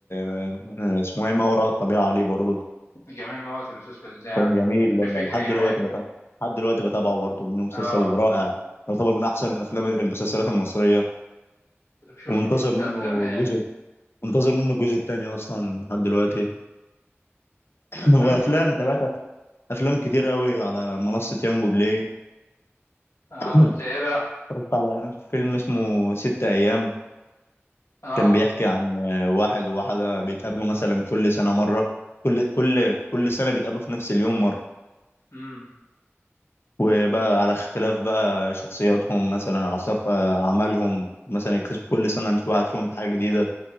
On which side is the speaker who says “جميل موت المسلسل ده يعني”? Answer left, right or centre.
Left